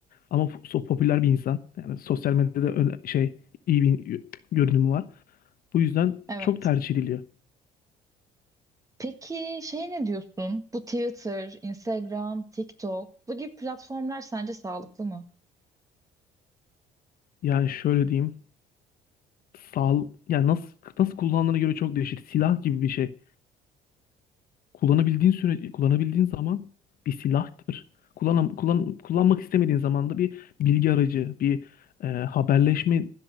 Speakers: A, on the left; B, on the right.
A: Ama f- so- popüler bir insan. Yani sosyal medyada öne- şey iyi bir görünümü var. Bu yüzden
B: Evet.
A: çok tercih ediliyor.
B: Peki şey ne diyorsun? Bu Twitter, Instagram, TikTok bu gibi platformlar sence sağlıklı mı?
A: Yani şöyle diyeyim. Sağ, yani nasıl nasıl kullandığına göre çok değişir. Silah gibi bir şey. kullanabildiğin süre kullanabildiğin zaman bir silahtır. Kullanam, kullan, kullanmak istemediğin zaman da bir bilgi aracı, bir e, haberleşme